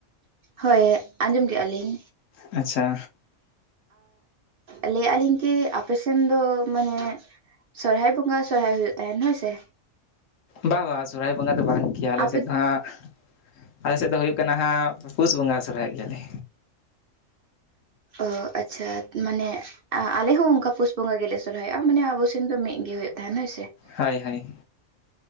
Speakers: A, on the right; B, on the left.
A: ᱦᱳᱭ ᱟᱸᱡᱚᱢ ᱠᱮᱜᱼᱟ ᱞᱤᱧ᱾
B: <inaudible> ᱟᱪᱪᱷᱟ,
A: ᱟᱻᱜ ᱞᱟᱹᱭ ᱭᱮᱜ ᱞᱤᱧ ᱠᱤ ᱟᱯᱮᱥᱮᱱ ᱫᱚ ᱢᱟᱱᱮᱜ ᱥᱚᱨᱦᱟᱭ ᱵᱚᱸᱜᱟ ᱥᱚᱨᱦᱟᱭ ᱦᱩᱭᱩᱜ ᱛᱟᱦᱮᱸᱱ ᱦᱳᱭ ᱥᱮ,
B: ᱵᱟᱝ ᱵᱟ ᱥᱚᱨᱦᱟᱭ ᱵᱚᱸᱜᱟ ᱫᱚ ᱵᱟᱝ ᱠᱤ, ᱟᱞᱮ
A: ᱟᱯᱮ
B: ᱥᱮᱫ ᱫᱚ ᱦᱟᱸᱜ ᱟᱞᱮᱥᱮᱫ ᱫᱚ ᱦᱩᱭᱩᱜ ᱠᱟᱱᱟ ᱦᱟᱸᱜ ᱯᱩ ᱯᱩᱥ ᱵᱚᱸᱜᱟ ᱥᱚᱨᱦᱟᱭᱚᱜ ᱜᱮᱭᱟᱞᱮ,
A: ᱚᱦᱚ, ᱟᱪᱪᱷᱟᱛ ᱢᱟᱱᱮᱜ ᱟ ᱟᱞᱮ ᱦᱚᱸ ᱚᱸᱠᱟ ᱯᱩᱥ ᱵᱚᱸᱜᱟ ᱜᱮᱞᱮ ᱥᱚᱨᱦᱟᱭᱚᱜ-ᱟ ᱢᱟᱱᱮ ᱟᱵᱚ ᱥᱮᱱ ᱫᱚ ᱢᱤᱜ ᱜᱮ ᱦᱩᱭᱩᱜ ᱛᱟᱦᱮᱸᱱ ᱦᱳᱭ ᱥᱮ ᱾
B: ᱦᱳᱭ ᱦᱳᱭ!